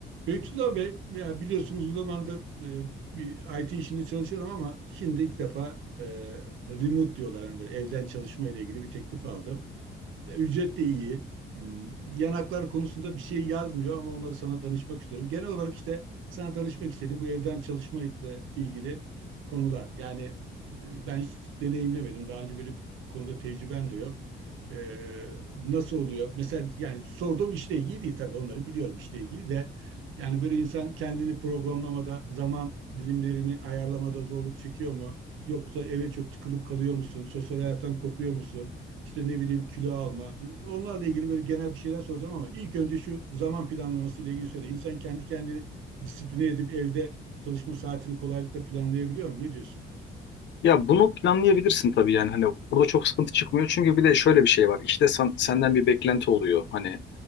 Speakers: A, on the right; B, on the left.
A: Beytullah Bey, ya biliyorsunuz uzun zamandır e, bir IT işinde çalışıyorum ama şimdi ilk defa e, remote diyorlar. Yani böyle evden çalışma ile ilgili bir teklif aldım. Ya, Ücret de iyi. Hmm, Yanaklar konusunda bir şey yazmıyor ama onları sana danışmak istiyorum. Genel olarak işte sana danışmak istedim bu evden çalışmakla ilgili konular. Yani e, ben hiç deneyimlemedim. Daha önce böyle bir konuda tecrübem de yok. Ee, nasıl oluyor? Mesela yani sorduğum işle ilgili değil tabii onları biliyorum işle ilgili de. Yani böyle insan kendini programlamada, zaman dilimlerini ayarlamada zorluk çekiyor mu? Yoksa eve çok tıkılıp kalıyor musun? Sosyal hayattan kopuyor musun? işte ne bileyim kilo alma. Onlarla ilgili böyle genel bir şeyler soracağım ama ilk önce şu zaman planlaması ile ilgili söyle. İnsan kendi kendini disipline edip evde çalışma saatini kolaylıkla planlayabiliyor mu? Ne diyorsun?
B: Ya bunu planlayabilirsin tabii yani hani orada çok sıkıntı çıkmıyor çünkü bir de şöyle bir şey var işte sen- senden bir beklenti oluyor hani